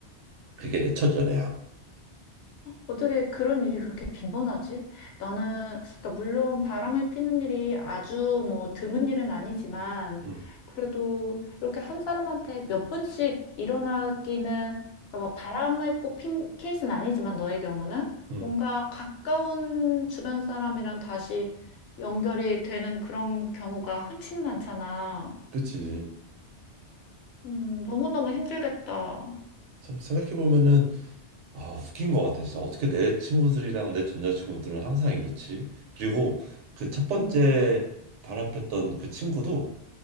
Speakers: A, on the right (about 85°); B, on the left (about 65°).
A: 그게 내 첫 연애야.
B: 어떻게 그런 일이 그렇게 빈번하지? 나는, 그러니까 물론 바람을 피는 일이 아주 뭐 드문 일은 아니지만,
A: 응,
B: 그래도 이렇게 한 사람한테 몇 번씩 일어나기는, 그러니까 막 바람을 꼭 핀 케이스는 아니지만 너의 경우는
A: 응,
B: 뭔가 가까운 주변 사람이랑 다시 연결이 되는 그런 경우가 흔치는 않잖아.
A: 그치.
B: 음, 너무너무 힘들겠다.
A: 참 생각해 보면은 아 웃긴 것 같아. 진짜 어떻게 내 친구들이랑 내 전 여자친구들은 항상 이렇지? 그리고 그 첫 번째
B: 음,
A: 바람 폈던 그 친구도